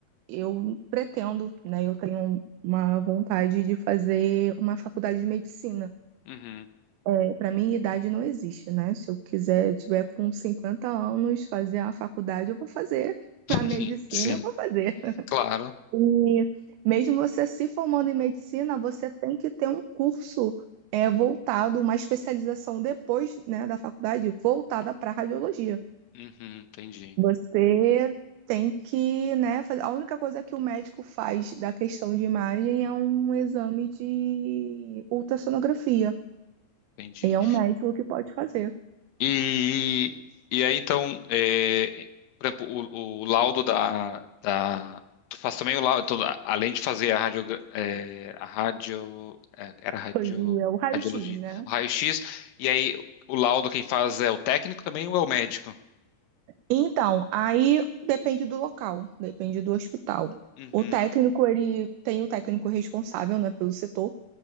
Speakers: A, on the right; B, on the left.
A: eu pretendo, né? Eu tenho uma vontade de fazer uma faculdade de medicina.
B: Uhum,
A: É, para mim, idade não existe, né? Se eu quiser, eu tiver com 50 anos, fazer a faculdade, eu vou fazer. <laughs>
B: <laughs>
A: A medicina,
B: sim.
A: eu vou fazer. <laughs>
B: Claro.
A: E mesmo você se formando em medicina, você tem que ter um curso é, voltado, uma especialização depois, né, da faculdade, voltada para radiologia.
B: Uhum, entendi,
A: Você tem que, né, fazer. A única coisa que o médico faz da questão de imagem é um exame de ultrassonografia.
B: entendi.
A: E é um médico que pode fazer.
B: E, e aí, então, é, por exemplo, o, o laudo da, da. Tu faz também o laudo. Então, a- além de fazer a radio, é, a radio, é, era radio,
A: Hoje é o raio-x,
B: radiologia,
A: né?
B: o raio-x, e aí o laudo quem faz é o técnico também ou é o médico?
A: Então, aí depende do local, depende do hospital.
B: Uhum.
A: O técnico, ele tem o técnico responsável, né, pelo setor.